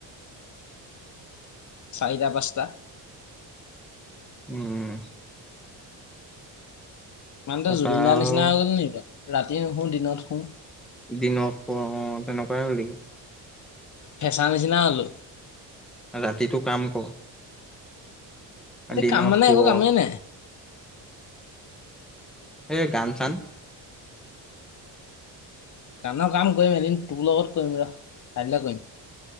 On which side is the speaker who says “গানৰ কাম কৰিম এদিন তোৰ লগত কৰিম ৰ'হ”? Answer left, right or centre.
Left